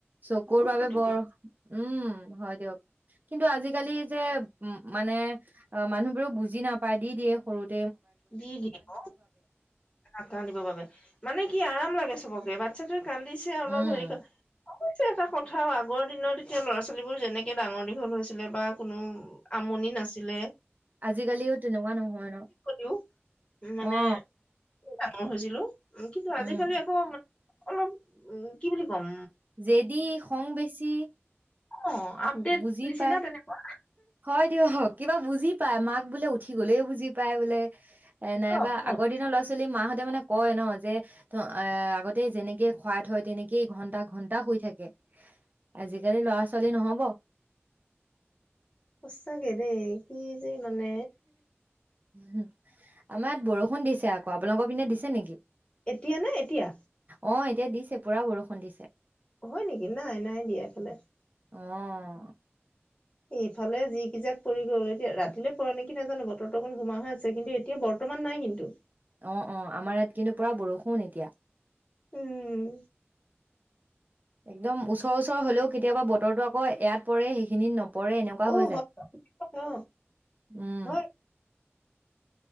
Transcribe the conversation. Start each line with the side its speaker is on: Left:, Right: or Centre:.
Right: চকুৰ
Left: বহুত
Right: বাবে
Left: ক্ষতিকৰ
Right: বৰ উম হয় দিয়ক কিন্তু আজিকালি যে উ মানে অঁ মানুহবোৰ ও বুজি নাপায় দি দিয়ে সৰুত।
Left: দি দিয়ে ন না বাবে মানে কি আৰাম লাগে চবকে বাট। <unintelligible> কান্দিছে অলপ
Right: উম
Left: হেৰি কৰি <unintelligible> পিছে এটা কথা আগৰ দিনত এতিয়া ল'ৰা ছোৱালীবোৰ যেনেকে। ডাঙৰ দীঘল হৈছিলে বা। কোনো আমনি নাছিলে।
Right: আজিকালিও তেনেকুৱা নহয় ন।
Left: <unintelligible> উম
Right: অ
Left: মানে। ডাঙৰ হৈছিলো। উম কিন্তু
Right: উম
Left: আজিকালি আকৌ। অলপ, উম কি বুলি। ক'ম
Right: জেদি খং বেছি।
Left: অঁ। আপডেট
Right: বুজি
Left: নিচিনা
Right: পায়
Left: তেনেকুৱা।
Right: হয় দিয়ক কিবা বুজি পায় মাক বোলে উঠি গলেওঁ বুজি পায় বোলে। এ নাইবা
Left: চব চব
Right: আগৰ দিনৰ লৰা ছোৱালী। মাহতে মানে কয় ন যে আগতে যেনেকে খোৱাই থয় দিয়ে নি কি ঘন্টা ঘন্টা শুই থাকে আজিকালি ল'ৰা ছোৱালী নহব।
Left: সচাঁকে দেই কি যে মানে।
Right: উম আমাৰ ইয়াত বৰষুণ দিছে আকৌ আপোনালোকৰ পিনে দিছে নেকি।
Left: এতিয়া নে এতিয়া।
Right: অঁ এতিয়া দিছে পুৰা বৰষুণ দিছে।
Left: হয় নেকি নাই নাই দিয়া এইফালে
Right: অঁ।
Left: এইফালে যি যিকেইজাক পৰি গ'ল এতিয়া ৰাতিলৈ পৰে নেকি নাজানো বতৰটো অকণ ঘোমা হৈ আছে কিন্তু এতিয়া বৰ্তমান নাই কিন্তু।
Right: অঁ অঁ আমাৰ ইয়াত কিন্তু পুৰা বৰষুণ এতিয়া
Left: উম।
Right: একদম ওচৰ ওচৰ হ'লেও কেতিয়াবা বতৰটো আকৌ এয়াত পৰে সেইখিনি নপৰে এনেকুৱা।
Left: অ
Right: হৈ যায়
Left: হয় অ
Right: উম।
Left: হয়